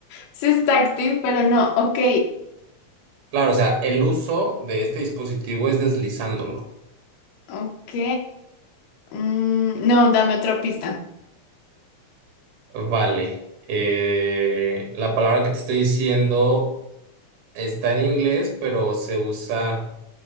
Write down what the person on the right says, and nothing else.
Claro, o sea, el uso de este dispositivo es deslizándolo.
Vale. Eh, la palabra que te estoy diciendo está en inglés, pero se usa.